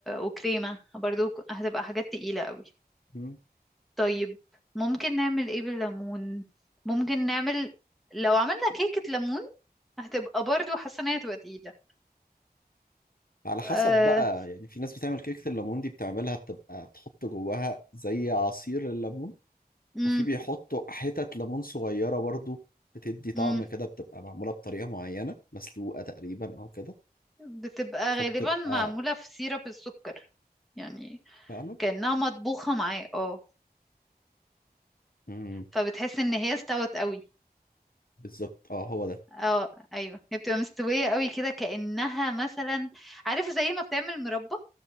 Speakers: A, in the centre; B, on the left.
A: وكريمة برضو هتبقى حاجات تقيلة قوي
B: مم.
A: طيب ممكن نعمل ايه بالليمون ممكن نعمل لو عملنا كيكة ليمون هتبقى برضو حاسة ان هي هتبقى تقيلة
B: على
A: آه...
B: حسب بقى يعني في ناس بتعمل كيكة الليمون دي بتعملها بتبقى بتحط جواها زي عصير الليمون
A: مم.
B: وفي بيحطوا حتت ليمون صغيرة برضو بتدي طعم
A: مم.
B: كده بتبقى معمولة بطريقة معينة مسلوقة تقريبا أو كده
A: بتبقى
B: فبتبقى
A: غالبا معمولة في سيرب السكر يعني
B: فعلا
A: كأنها مطبوخة معاه اه
B: مم.
A: فبتحس ان هي استوت قوي
B: بالظبط اه هو ده
A: اه ايوه هي بتبقى مستوية قوي كده كأنها مثلا عارف زي ما بتعمل مربى